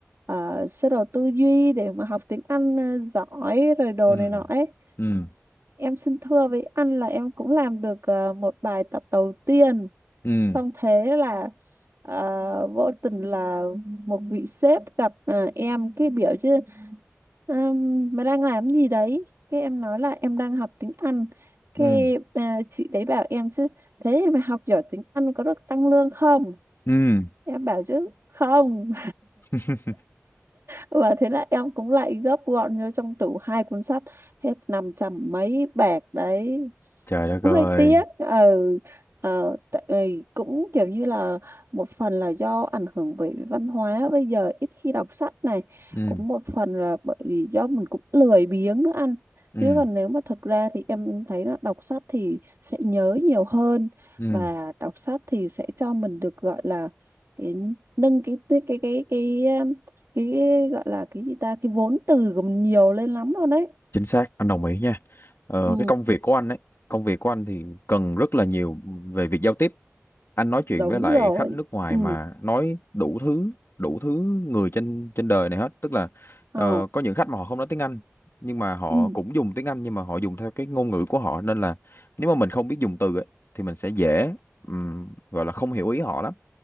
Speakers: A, on the right; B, on the left.
A: uh, sơ đồ tư duy để mà học tiếng Anh ờ, giỏi rồi đồ
B: ừ
A: này nọ ấy
B: ừ
A: em xin thưa với anh là em cũng làm được ờ, một bài tập đầu tiên
B: ừ
A: xong thế là ờ, vô tình là một vị sếp gặp ờ, em cái biểu chứ "Ờm, mày đang làm gì đấy cái em nói là em đang học tiếng Anh cái
B: ừ
A: à, chị đấy bảo em chứ thế thì mày học giỏi tiếng Anh có được tăng lương không
B: ừ
A: em bảo chứ không
B: <laughs>
A: và thế là em cũng lại gấp gọn vô trong tủ hai cuốn sách hết năm trăm mấy bạc đấy
B: trời đất
A: hơi
B: ơi
A: tiếc ừ ờ, tại vì cũng kiểu như là một phần là do ảnh hưởng bởi văn hóa bây giờ ít khi đọc sách này
B: ừ
A: cũng một phần là bởi vì do mình cũng lười biếng nữa anh
B: ừ
A: chứ còn nếu mà thật ra thì em thấy là đọc sách thì sẽ nhớ nhiều hơn
B: ừ
A: và đọc sách thì sẽ cho mình được gọi là cái nâng cái cái cái cái cái cái gọi là cái gì ta cái vốn từ của mình nhiều lên lắm luôn đấy
B: chính xác anh đồng ý nha ờ,
A: ừ
B: cái công việc của anh ấy công việc của anh thì cần rất là nhiều về việc giao tiếp anh nói chuyện
A: đúng
B: với lại
A: rồi
B: khách nước ngoài
A: ừ
B: mà nói đủ thứ đủ thứ người trên trên đời này hết tức là
A: ờ
B: ờ, có những khách mà họ không nói tiếng Anh nhưng mà họ
A: ừ
B: cũng dùng tiếng Anh nhưng mà họ dùng theo cái ngôn ngữ của họ nên là nếu mà mình không biết dùng từ ấy, thì mình sẽ dễ ừm, gọi là không hiểu ý họ lắm